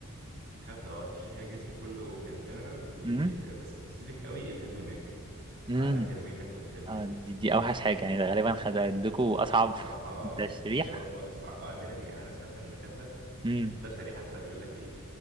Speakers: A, on the right; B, on the right.
A: خدت اه تشريح الجسم كله كان جنرال وبس
B: امم
A: سبيسيفيك قوي الهيد والنك
B: امم
A: قعدنا ترمين ناخد هيد ونك
B: آه، دي دي اوحش حاجه يعني غالبا خد عندكم اصعب
A: بصراحه
B: <laughs> تشريح
A: مش حلوه خالص وع- وعندنا بي يعني انا سمعت من دكاتره
B: امم
A: بشري حتى بيقول لك ايه